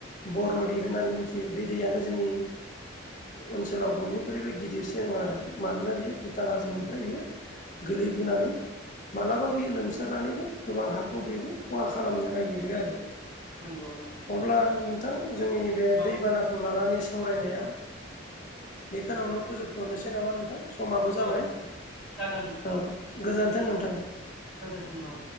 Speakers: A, on the left; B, in the centre.
A: बरन' दै होननानै मिथियो बे दैयानो जोंनि ओनसोलाव बयनिखुइ ख्रुइबो गिदिरसिन आरो मानोना बियो भुटान हाजोनिफ्राय बियो गोलैबोनानै मालाबा बेयो लोमसारनानैबो गोबां हाखौ बेबो खहा खालामनो नागिरो आरो
B: नंगौ नोंथां
A: अब्ला नोंथां जोंनि बे
B: औ
A: दैबानाखौ लानानै सावरायनाया बेखौनावनो फोजोबथ'नोसै नामा नोंथां समाबो जाबाय
B: औ जागोन नोंथां
A: औ गोजोनथों नोंथां
B: गोजोन्थों औ